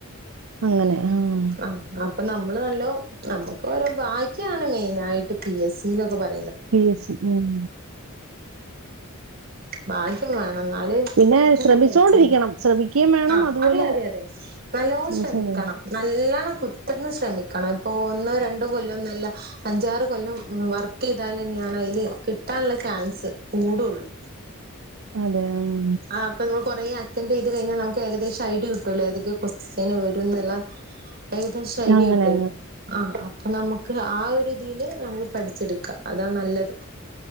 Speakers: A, on the right; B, on the right.
A: അങ്ങനെ ആഹ്
B: ആഹ് അപ്പൊ നമ്മള് നല്ലോ നമുക്ക് ഓരോ ഭാഗ്യാണ് മെയിനായിട്ട് പി എസ് സിന്നൊക്കെ പ
A: പി എസ് സി ഉം
B: ഭാഗ്യം വേ ണം എന്നാല്
A: പിന്നെ
B: പെട്ടെന്ന്
A: ശ്രമിച്ചോണ്ടിരിക്കണം
B: കഴിച്ചിലാ
A: ശ്രമിക്കുകയും വേണം
B: ആ
A: അതുപോലെ
B: അതെ അതെയതെ നല്ലോണം
A: ശ്രമിച്ചോണ്ടിരിക്കണം
B: ശ്രമിക്കണം നല്ലോണം കുത്തനെ ശ്രമി ക്കണം പോകുന്നത് രണ്ടു കൊല്ലൊന്നുമല്ല അഞ്ചാറ് കൊല്ലം വർക്ക് ചെയ്താലന്നെയാണ് അതില് കിട്ടാനുള്ള ചാൻസ് കൂടുള്ളു
A: അതെ ഉം
B: ആ അപ്പൊ ന കുറേ അറ്റൻഡ് ചെയ്ത് കഴിഞ്ഞാൽ നമുക്ക് ഏകദേശം ഐഡിയ കിട്ടുവല്ലോ ഏതൊക്കെയാ കൊസ്റ്റ്യന് വരൂന്നുള്ള ഏകദേശ ഐഡിയ
A: അങ്ങനെ
B: കിട്ടുമല്ലോ ആ ആ അപ്പ നമ്മക്ക് ആ ഒരു ഇതില് നമുക്ക് പഠിച്ചെടുക്കാം അതാ നല്ലത്